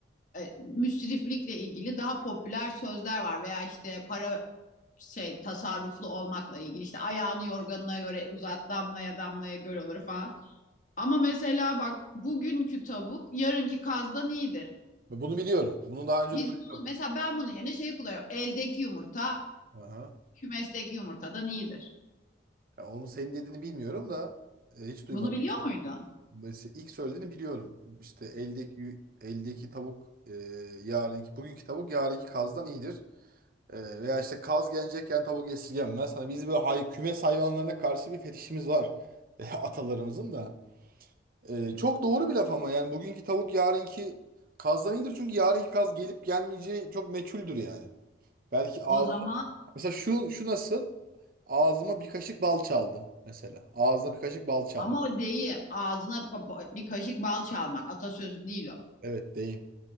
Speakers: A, on the left; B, on the right.
A: e, müsriflikle ilgili daha popüler sözler var veya işte para şey tasarruflu olmakla ilgili işte ayağını yorganına göre uzat damlaya damlaya göl olur falan. Ama mesela bak bugünkü tavuk yarınki kazdan iyidir.
B: Ben Bunu biliyorum. Bunu daha önce
A: Biz
B: duydum.
A: bunu mesela ben bunun yerine şeyi kullanıyorum. Eldeki yumurta
B: Aha.
A: kümesteki yumurtadan iyidir.
B: Ya onu senin dediğini bilmiyorum da e, hiç duymadım.
A: Bunu biliyor muydun?
B: Mesela ilk söylediğini biliyorum. İşte eldeki eldeki tavuk e, yarınki bugünkü tavuk yarınki kazdan iyidir. E, veya işte kaz gelecekken tavuk esirgenmez. Hani biz böyle hay, kümes hayvanlarına karşı bir fetişimiz var. <laughs> E, atalarımızın da. E, çok doğru bir laf ama yani bugünkü tavuk yarınki kazdan iyidir. Çünkü yarınki kaz gelip gelmeyeceği çok meçhuldür yani. Belki ağz...
A: O zaman
B: Mesela şu, şu nasıl? Ağzıma bir kaşık bal çaldı mesela. Ağzına bir kaşık bal çalmış.
A: ama o deyim ağzına bir kaşık bal çalmak atasözü değil o.
B: Evet deyim.